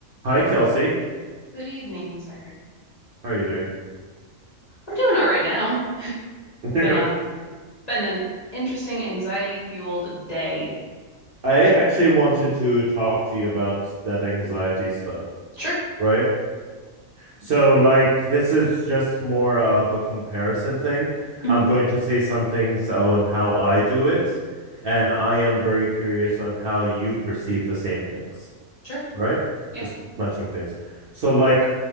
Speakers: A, on the right; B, on the left.
A: Hi, Kelsey.
B: Good evening, Sagar.
A: How are you doing?
B: I'm doing all right now.
A: <laughs>
B: Been a been an interesting anxiety fueled day.
A: I actually wanted to talk to you about that anxiety stuff,
B: Sure.
A: right? So, like, this is just more of a comparison thing.
B: Mhm.
A: I'm going to say some things on how I do it, and I am very curious on how you perceive the same things,
B: Sure.
A: right?
B: Yeah.
A: Just matching things. So, like,